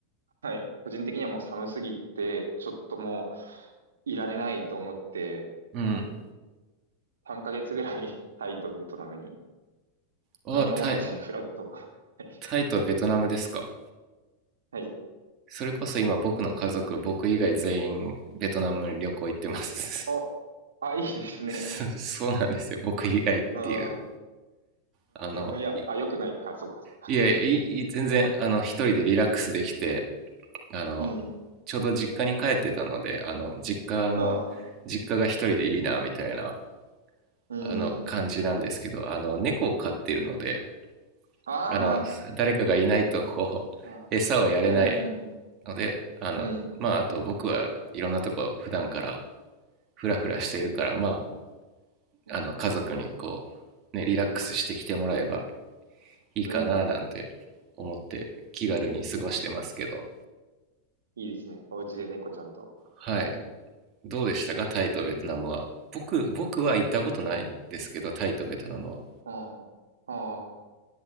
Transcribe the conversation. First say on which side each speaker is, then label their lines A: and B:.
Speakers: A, on the right; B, on the right.
A: はい。個人的にはもう寒すぎて、ちょっともういられないと思って、
B: うん。
A: 3ヶ月ぐらい <laughs> タイとベトナムに
B: あ、
A: 何も持たずにフラット。
B: タイ、
A: <laughs> はい。
B: タイとベトナムですか。
A: はい。
B: それこそ今僕の家族、僕以外全員ベトナム旅行行ってます。
A: あ、あ、いいですね。
B: <laughs> そそうなんですよ。僕以外っていう。
A: <laughs> うん。う
B: あの、
A: んいや、
B: い、
A: あ、良くないか。そっかそっか。
B: いや、い、い全然、あの、一人でリラックスできて、あの
A: <laughs> うん。
B: ちょうど実家に帰ってたのであの実家の実家が一人でいいなみたいな
A: うん。うん。
B: あの感じなんですけどあの猫を飼ってるので
A: うんはい。あ
B: あの誰かがいないとこう餌をやれない
A: ーあ。うん。
B: のであのまああと僕はいろんなとこ普段から
A: うん。
B: フラフラしているからま
A: うん。うん。
B: ああの家族にこう、ね、リラックスしてきてもらえばいいかななんて思って気軽に過ごしてますけど
A: うんいいですね。お家で猫ちゃんと二人。
B: はいどうでしたかタイとベトナムは。僕、僕は行ったことないんですけど、
A: はい。
B: タイとベトナムは。
A: ああ。ああ。